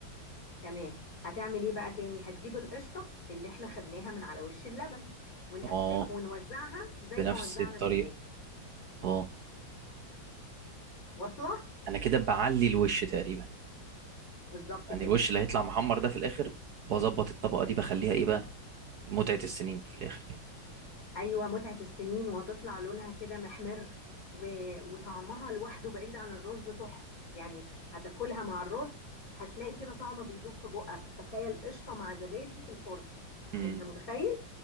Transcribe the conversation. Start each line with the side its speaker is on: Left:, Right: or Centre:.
Left: تمام هتعمل ايه بقى تاني هتجيب القشطة اللي احنا خدناها من على وش اللبن ونقسم
Right: اه
Left: ونوزعها زي
Right: بنفس
Left: ما وزعنا
Right: الطريقه
Left: الزبادي
Right: اه
Left: واصلة
Right: انا كده بعلي الوش تقريبا
Left: بالظبط
Right: يعني
Left: كده
Right: الوش اللي هيطلع محمر ده في الاخر بظبط الطبقه دي بخليها ايه بقى متعه السنين في الاخر كده
Left: ايوه متعة السنين وهتطلع لونها كده محمر و... وطعمها لوحده بعيد عن الرز تحفة يعني هتاكلها مع الرز هتلاقي كده طعم بيدوب في بقك تخيل قشطة مع زبادي في الفرن
Right: امم
Left: انت متخيل